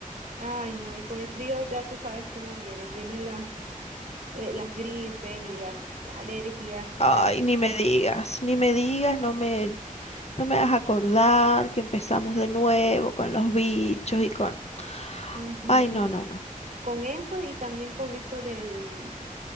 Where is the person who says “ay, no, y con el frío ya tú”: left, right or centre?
Right